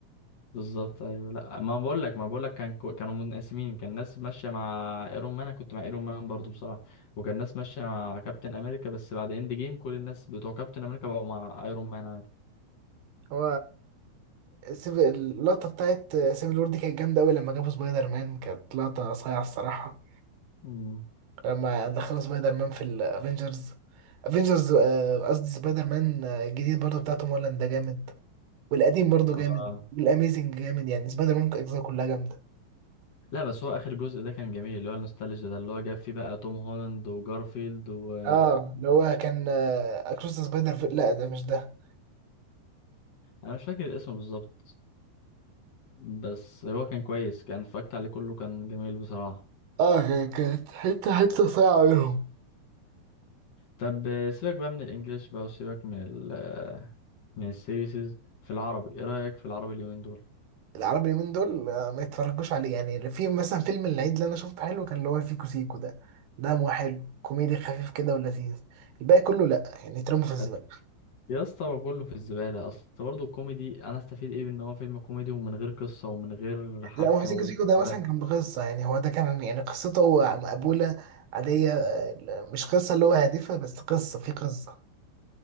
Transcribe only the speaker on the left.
بالظبط ايوه لا ما بقول لك ما بقول لك كان كو- كانوا منقسمين كان ناس ماشيه مع ايرون مان انا كنت مع ايرون مان برضو بصراحه وكان ناس ماشيه مع كابتن امريكا بس بعد اند جيم كل الناس بتوع كابتن امريكا بقوا مع ايرون مان عادي
مم.
آه.
لا بس هو اخر جزء ده كان جميل اللي هو النوستالجيا ده اللي هو جاب فيه بقى توم هولاند وجارفيلد و
انا مش فاكر اسمه بالظبط بس هو كان كويس كان اتفرجت عليه كله كان جميل بصراحه
طب سيبك بقى من الانجليش بقى وسيبك من ال من السيريسز في العربي ايه رأيك في العربي اليومين دول
أت- يا اسطى هو كله في الزبالة اصل برضه الكوميدي انا استفيد ايه بان هو فيلم كوميدي ومن غير قصة ومن غير حبكة
وده